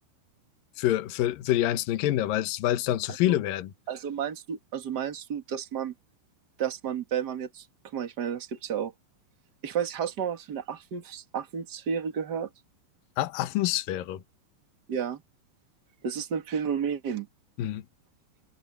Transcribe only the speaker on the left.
für, für, für die einzelnen Kinder, weil es, weil es dann zu
viele werden.
A Affensphäre.
Mhm.